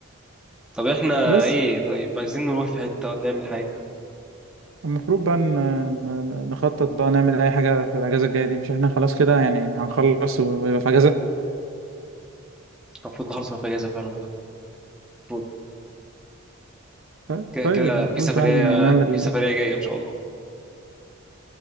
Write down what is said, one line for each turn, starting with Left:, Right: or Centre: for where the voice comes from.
Centre: طب احنا
Right: بس
Centre: ايه طيب عايزين نروح في حتة ولا نعمل حاجة
Right: المفروض بقى ن- ن- نخطط بقى نعمل أي حاجة في الأجازة الجاية دي مش إحنا خلاص كده يعني هنخلص ويبقى في أجازة
Centre: المفروض نخلص من الأجازة فعلا والله المفروض
Right: طيب
Centre: كده
Right: طيب،
Centre: كده
Right: المفروض
Centre: في سفرية
Right: بقى ن- نعمل
Centre: في سفرية جاية إن شاء الله